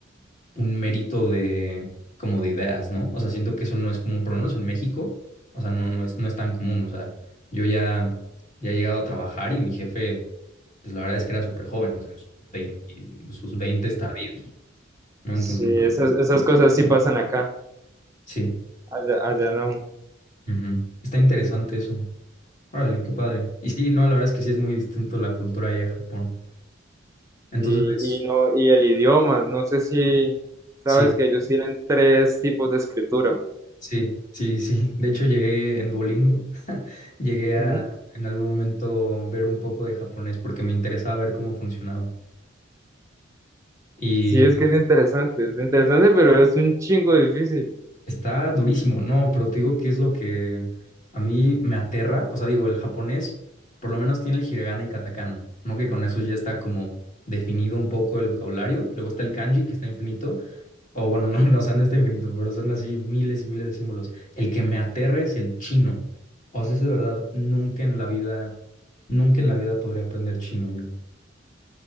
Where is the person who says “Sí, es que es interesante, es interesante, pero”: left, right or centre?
Right